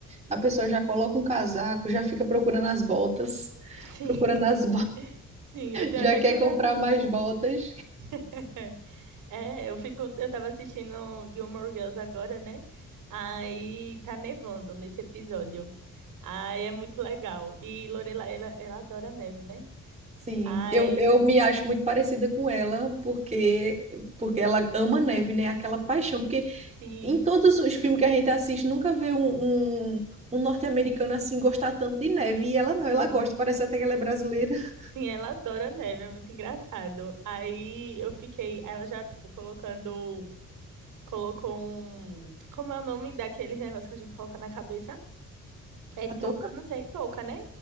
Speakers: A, on the right (about 20°); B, on the right (about 85°).
A: A pessoa já coloca um casaco, já fica procurando as botas,
B: Sim,
A: procurando as
B: <laughs> sim, eu tenho
A: já
B: até
A: quer
B: que usar
A: comprar
B: a minha.
A: mais botas.
B: <laughs> É, eu fico, eu tava assistindo Gilmore Girls agora, né? Aí tá nevando nesse episódio. Aí é muito legal. E Lorelai, ela, ela adora neve, né?
A: Sim,
B: Ai,
A: eu, eu me acho muito parecida com ela, porque porque ela ama neve, né? Aquela paixão. Porque
B: sim,
A: em todos os filmes que a gente assiste, nunca vê um, um, um norte-americano assim gostar tanto de neve. E ela não,
B: sim.
A: ela gosta. Parece até que ela é brasileira. <laughs>
B: Sim, ela adora neve, é muito engraçado. Aí eu fiquei, ela já, tipo, colocando, colocou um, como é o nome daqueles negócios que a gente coloca na cabeça? É
A: A
B: touca,
A: touca?
B: não sei, touca, né?